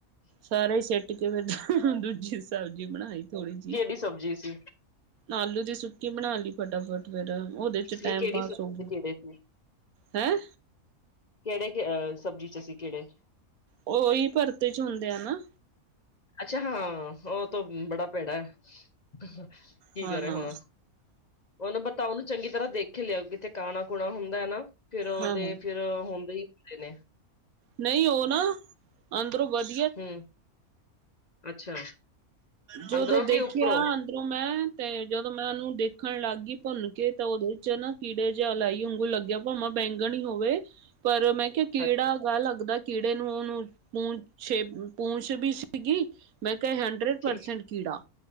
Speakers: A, on the right (about 75°); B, on the left (about 35°).
A: ਸਾਰੇ ਸੁਟ ਕੇ ਫਿਰ ਦੂਜੀ ਸਬਜ਼ੀ ਬਣਾਈ ਥੋੜੀ ਜਿਹੀ
B: ਕਿਹੜੀ ਸਬਜ਼ੀ ਸੀ
A: ਆਲੂ ਦੀ ਸੁੱਕੀ ਬਣਾ ਲਈ ਫਟਾਫਟ ਫੇਿਰ ਉਹਦੇ
B: ਨਹੀਂ
A: ਚ ਟੈਮ
B: ਕਿਹੜੀ
A: ਪਾਸ
B: ਸਬਜ਼ੀ
A: ਹੋਊਗਾ
B: ਕਿਹੜੇ ਸੀ
A: ਹੈਂ,
B: ਕਿਹੜੇ ਕਿ ਅ ਸਬਜ਼ੀ ਚ ਅ ਸੀਂ ਕਿਹੜੇ
A: ਉਹੀ ਪਰਤੇ ਚ ਹੁੰਦੇ ਆ ਨਾ
B: ਅੱਛਾ ਹਾਂ ਉਹ ਤਾਂ ਬੜਾ ਭੇੜਾ ਕੀ
A: ਹਾਂ
B: ਕਰੇ
A: ਨਾ
B: ਹੁਣ। ਉਹਨੂੰ ਪਤਾ ਉਹਨੂੰ ਚੰਗੀ ਤਰ੍ਹਾਂ ਦੇਖ ਲਿਆਓ ਕਿਥਤੇ ਕਾਣਾ ਕੂਣਾ ਹੁੰਦਾ ਹੈ ਨਾ ਫੇਿਰ ਉਹਦੇ
A: ਹਾਂ ਹਾਂ
B: ਫਿਰ ਹੁੰਦੇ ਹੀ ਹੁੰਦੇ ਨੇ
A: ਨਹੀਂ ਉਹ ਨਾ ਅੰਦਰੋਂ ਵਧ
B: ਹਮ ਅੱਛਾ।
A: ਜਦੋਂ
B: ਅੰਦਰੋਂ
A: ਦੇਖਿਆ
B: ਕਿ ਉੱਪਰੋਂ
A: ਉਦੋਂ ਮੈਂ ਤੇ ਜਦੋਂ ਮੈਂ ਉਹਨੂੰ ਦੇਖਣ ਲੱਗ ਗਈ ਭੁੰਨ ਕੇ ਤਾਂ ਉਹਦੇ ਚ ਨਾ ਕੀੜੇ ਜਿ ਇਲਾਈ ਉਂਗੂ ਲੱਗਿਆ ਭਾਵਾਂ ਬੈਂਗਣ ਹੀ ਹੋਵੇ ਪਰ ਮੈਂ ਕਿਹਾ ਕੀੜਾ
B: ਅੱਛਾ
A: ਪ ਲੱਗਦਾ ਕੀੜੇ ਨੂੰ ਉਹਨੂੰ ਪੂੰਛ ਛੇ ਪੂੰਛ ਵੀ ਸੀਗੀ ਮੈਂ ਕਿਹਾ ਹੰਡਰਡ ਪਰਸੈਂਟ
B: ਠੀਕ
A: ਕੀੜਾ